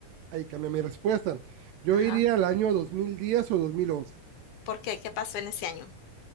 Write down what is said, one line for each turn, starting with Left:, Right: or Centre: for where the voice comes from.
Right: ahí cambia mi respuesta. Yo
Left: Ajá.
Right: iría al año 2010 o 2011
Left: ¿Por qué? ¿Qué pasó en ese año?